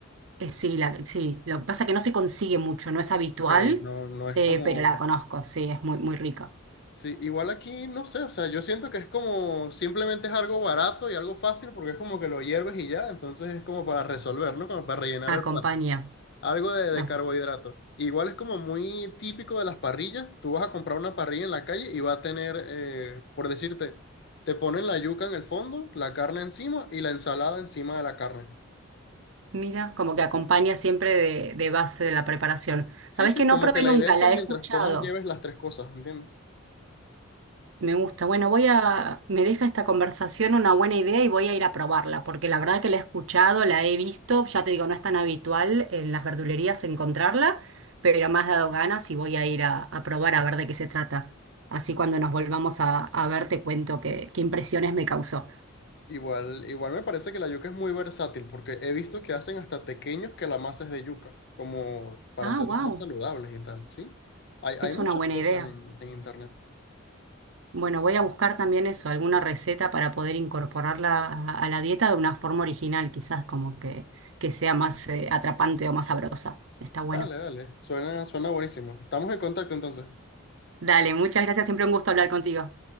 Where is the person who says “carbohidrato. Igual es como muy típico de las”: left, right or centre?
Left